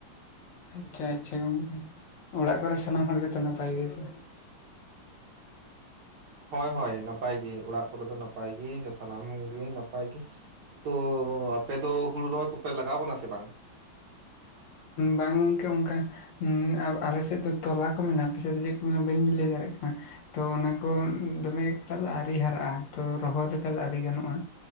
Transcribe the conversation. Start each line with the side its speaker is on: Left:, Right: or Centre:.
Left: ᱟᱪᱪᱷᱟ ᱟᱪᱪᱷᱟ ᱜᱚᱢᱠᱮ ᱚᱲᱟᱜ ᱠᱚᱨᱮ ᱥᱟᱱᱟᱢ ᱦᱚᱲ ᱜᱮᱛᱚ ᱱᱟᱯᱟᱭ ᱜᱮ ᱥᱮ?
Right: ᱦᱳᱭ ᱦᱳᱭ ᱱᱟᱯᱟᱭᱜᱮ ᱚᱲᱟᱜ ᱠᱚᱨᱮ ᱫᱚ ᱱᱟᱯᱟᱭ ᱜᱮ ᱥᱟᱱᱟᱢ ᱠᱚ ᱜᱮ ᱱᱟᱯᱟᱭ ᱜᱮ। ᱛᱚ ᱟᱯᱮ ᱫᱚ ᱦᱩᱲᱩ ᱨᱚᱦᱚᱭ ᱠᱚᱯᱮ ᱞᱟᱜᱟᱣ ᱠᱟᱱᱟ ᱥᱮ ᱵᱟᱝ?
Left: ᱵᱟᱝ ᱜᱚᱢᱠᱮ ᱚᱱᱠᱟ ᱦᱮᱸ ᱟᱨ ᱟᱞᱮ ᱥᱮᱛ ᱫᱚ ᱛᱚᱞᱟ ᱠᱚ ᱢᱮᱱᱟ। ᱟᱯᱮ ᱥᱮᱛ ᱫᱚ ᱪᱮᱛ ᱠᱚ ᱢᱮᱱᱟ ᱵᱟᱹᱧ ᱞᱟᱹᱭ ᱫᱟᱲᱮᱭᱟᱜ ᱠᱟᱱᱟ? ᱛᱚ ᱚᱱᱟ ᱠᱚ ᱫᱚᱢᱮ ᱮᱠᱴᱟ ᱫᱚ ᱟᱹᱣᱨᱤ ᱦᱟᱨᱟᱜᱼᱟ ᱛᱚ ᱨᱚᱦᱚᱭ ᱞᱮᱠᱟ ᱫᱚ ᱟᱹᱣᱨᱤ ᱜᱟᱱᱚᱜᱼᱟ।